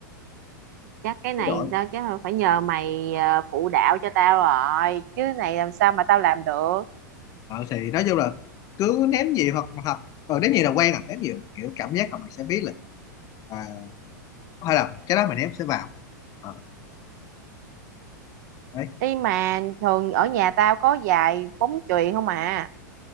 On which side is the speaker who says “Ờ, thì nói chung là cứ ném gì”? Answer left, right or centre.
Left